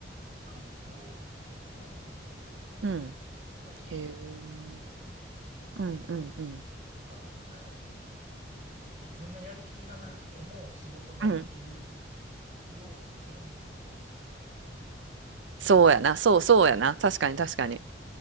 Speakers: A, on the right; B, on the right.
A: 環境を整えるみたいな、
B: うん。
A: がいいみたいなのを見て、
B: へえ。うん、うん、うん。
A: から、なんやろ。自分のやる気がなくても仕事ができる
B: うん。
A: ようにするにはどうするか、みたいな。
B: そうやな、そうそうやな。
A: うん
B: 確かに確かに。
A: うん